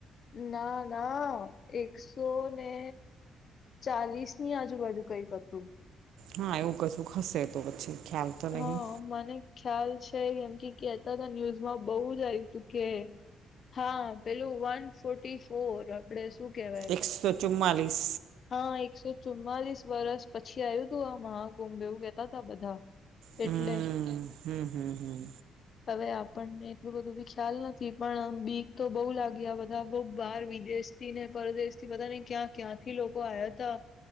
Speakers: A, on the left; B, on the right.
A: ના ના, એકસો ને ચાલીસની આજુબાજુ કઈક હતું
B: હા એવું કશુંક હસેતો, પછી ખ્યાલ તો નહીં
A: હ મને ખ્યાલ છે કેમ કે કેતા તા ન્યૂઝમાં બહુ જ આવ્યું તું કે હા પેલું વન ફોર્ટી ફોર આપડે શું કેહેવાય
B: એકસો ચુમ્માલીસ
A: હા એકસો ચુમ્માલીસ વર્ષ પછી આવ્યું તું આ મહાકુંભ એવું કહેતા તાા બધ.
B: હમ
A: એટલે
B: હમ હમ હમ
A: હવે આપણને એટલું બધું બી ખ્યાલ નથી પણ બીક તો બહુ લાગી આ બધા બવ બહાર વિદેશથી ને પરદેશથી બધાને ક્યાં ક્યાંથી લોકો આયાતા.